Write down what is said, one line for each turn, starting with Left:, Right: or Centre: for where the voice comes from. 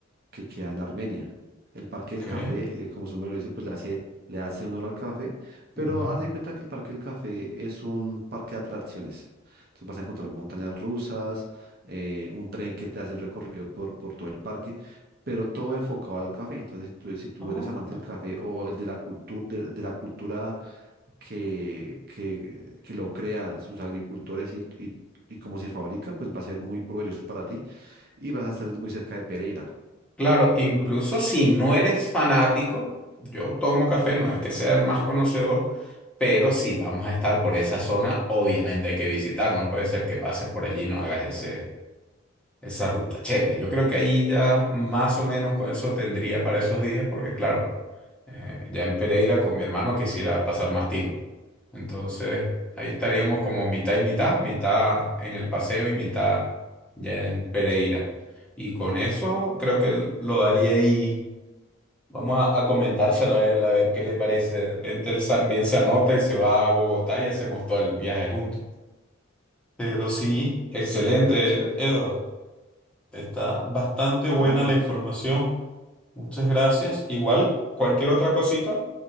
Right: que queda en Armenia. El Parque del
Centre: ok.
Right: Café, eh, como su nombre lo dice, pues le hace, le hace honor al café,
Centre: ya,
Right: pero haz de cuenta que el Parque del Café es un parque de atracciones. Entonces vas a encontrar montañas rusas, eh, un tren que te hace el recorrido por, por todo el parque, pero todo enfocado al café. Entonces, tú- si tú
Centre: ok.
Right: eres amante del café o de la cultura, de, de la cultura que, que, que lo crea sus agricultores y, y, y cómo se fabrica, pues va a ser muy provechoso para ti y vas a estar muy cerca de Pereira.
Centre: Claro, incluso si no eres fanático, yo tomo café, no es que sea el más conocedor, pero si vamos a estar por esa zona, obviamente hay que visitar, no puede ser que pases por allí y no hagas ese, Esa ruta, chévere. Yo creo que ahí ya más o menos con eso tendría para esos días, porque claro, eh, ya en Pereira con mi hermano quisiera pasar más tiempo. Entonces, ahí estaríamos como mitad y mitad, mitad en el paseo y mitad ya en Pereira. Y con eso creo que lo daría ahí. Vamos a, a comentárselo a él, a ver qué le parece. De repente él también se anota y se va a Bogotá y hacemos todo el viaje juntos. Pero sí, excelente,
Right: Sería súper chévere.
Centre: Edward. Está bastante buena
Right: Dale, José.
Centre: la información. Muchas gracias. Igual, cualquier otra cosita,